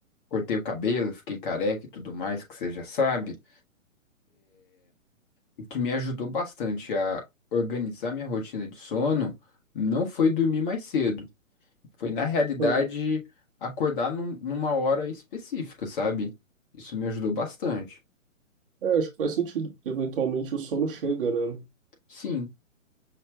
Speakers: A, on the left; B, on the right.
A: cortei o cabelo, fiquei careca e tudo mais, que você já sabe, o que me ajudou bastante a organizar minha rotina de sono não foi dormir mais cedo. Foi, na realidade,
B: Ah,
A: acordar num- numa hora específica, sabe? Isso me ajudou bastante.
B: É, acho que faz sentido, porque eventualmente o sono chega, né?
A: Sim.